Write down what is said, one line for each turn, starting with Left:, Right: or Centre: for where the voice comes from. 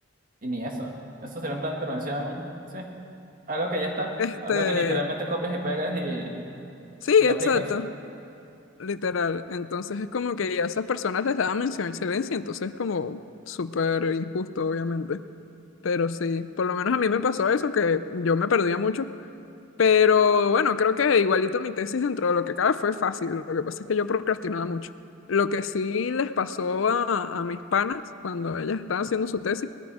Right: Y ni eso. Eso sería un plan de intervención, sí. Algo que ya está.
Left: este,
Right: Algo que literalmente copias y pegas y,
Left: sí,
Right: y
Left: exacto,
Right: lo aplicas.
Left: literal. Entonces es como que a esas personas les daban mención a excelencia, entonces es como súper injusto, obviamente. Pero sí, por lo menos a mí me pasó eso, que yo me perdía mucho Pero bueno, creo que igualito mi tesis dentro de lo que cabe fue fácil. Lo que pasa es que yo procrastinaba mucho. Lo que sí les pasó a, a mis panas cuando ellas estaban haciendo su tesis